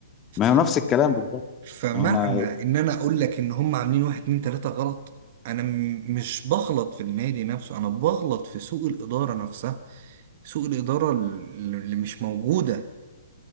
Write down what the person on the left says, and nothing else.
ما هو
نفس الكلام بالظبط
ما هو انا